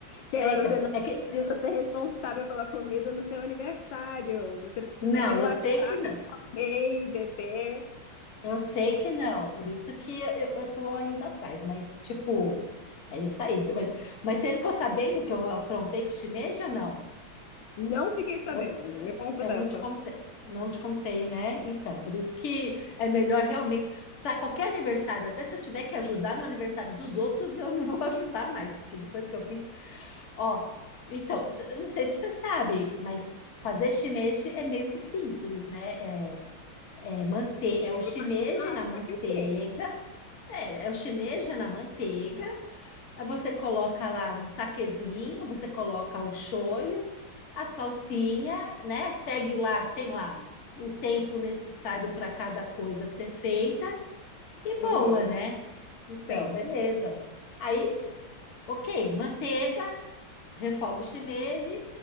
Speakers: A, on the left (about 70°); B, on the left (about 40°).
A: Sheila,
B: é, então,
A: você não
B: é que,
A: precisa ser responsável pela comida no seu aniversário. Você precisa
B: não,
A: relaxar
B: eu sei que não,
A: e comer e beber.
B: eu sei que não, por isso que eu, eu tô indo atrás, mas, tipo, é isso aí. Mas, mas você ficou sabendo que eu aprontei com o shimeji ou não?
A: Não fiquei sabendo.
B: Eu, eh,
A: Me conta dessa.
B: eu não te contei, não te contei, né? Então, por isso que é melhor realmente, para qualquer aniversário, até se eu tiver que ajudar no aniversário dos outros, eu não vou <laughs> ajudar mais, porque depois que eu fiz, ó. Então, eu não sei se você sabe, mas fazer shimeji é meio que simples, né? É, é manter, é o
A: Eu
B: shimeji
A: imaginava
B: na manteiga,
A: que sim.
B: é, é o shimeji na manteiga você coloca lá um saquezinho, você coloca o shoyu, a salsinha, né? Segue lá, tem lá o tempo necessário para cada coisa ser feita e boa,
A: Uhum,
B: né? Então,
A: sim.
B: beleza. Aí, ok, manteiga, refoga o shimeji,